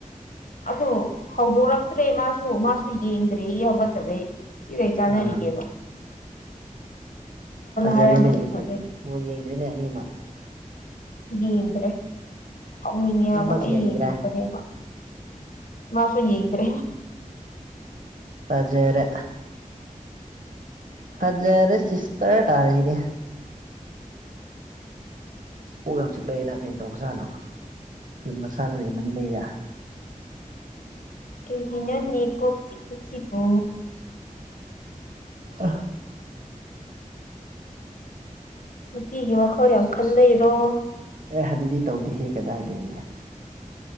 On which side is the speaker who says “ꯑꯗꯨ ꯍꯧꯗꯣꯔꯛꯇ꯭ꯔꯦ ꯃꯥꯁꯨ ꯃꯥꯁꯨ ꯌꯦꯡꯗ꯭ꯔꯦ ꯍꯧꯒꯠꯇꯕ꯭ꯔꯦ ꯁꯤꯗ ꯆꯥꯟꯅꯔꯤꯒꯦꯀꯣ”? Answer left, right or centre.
Left